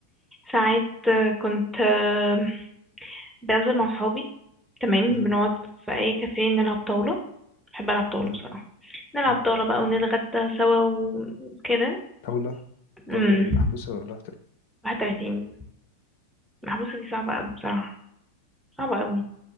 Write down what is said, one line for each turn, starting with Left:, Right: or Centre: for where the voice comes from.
Centre: ساعات آه، كنت آه، بنزل مع صحابي تمام
Left: مم،
Centre: بنقعد في اي كافيه نلعب طاولة بحب العب طاولة
Left: مم،
Centre: بصراحة نلعب
Left: مم.
Centre: طاولة بقى ونتغدى سوا وكده
Left: طاولة
Centre: امم
Left: طاولة إيه محبوسة ولا
Centre: 31 المحبوسة دي صعبة
Left: 30؟
Centre: قوي بصراحة صعبة قوي